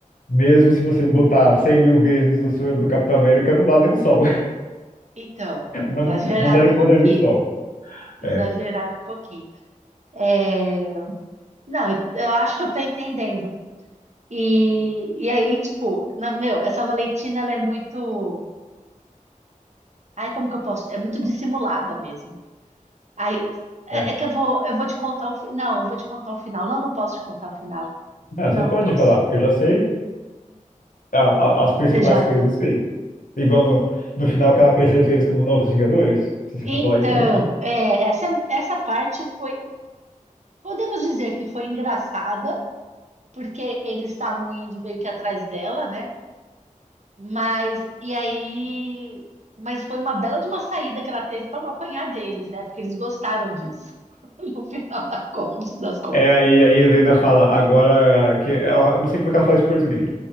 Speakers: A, on the left; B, on the right.
A: Mesmo se você botar cem mil vezes o soro do Capitão América, não dá nem um sol. <laughs>
B: Então,
A: Não,
B: exageraram
A: não daria
B: um pouquinho,
A: o poder de um sol.
B: exageraram
A: É,
B: um pouquinho. É, não, eu acho que eu tô entendendo. E, e aí, tipo, na- meu, essa Valentina, ela é muito. Ai, como que eu posso? É muito dissimulada mesmo. Ai, é,
A: É.
B: é que eu vou, eu vou te contar o final. Não, eu vou te contar o final. Não, não posso te contar o final.
A: Ah,
B: Não,
A: você pode
B: não posso.
A: falar, porque eu já sei a- a- as principais
B: Você já.
A: coisas, eu sei. Igual no, no final que ela apresenta eles como novos Vingadores. Se você
B: Então,
A: for falar isso, eu já sei.
B: é, essa, essa parte foi. Podemos dizer que foi engraçada, porque eles estavam indo meio que atrás dela, né? Mas, e aí. Mas foi uma bela de uma saída que ela teve para não apanhar deles, né? Porque eles gostaram disso, <laughs> no final da con- das contas.
A: É, aí, aí a Helena fala, agora que ela, eu não sei como é que ela faz em português.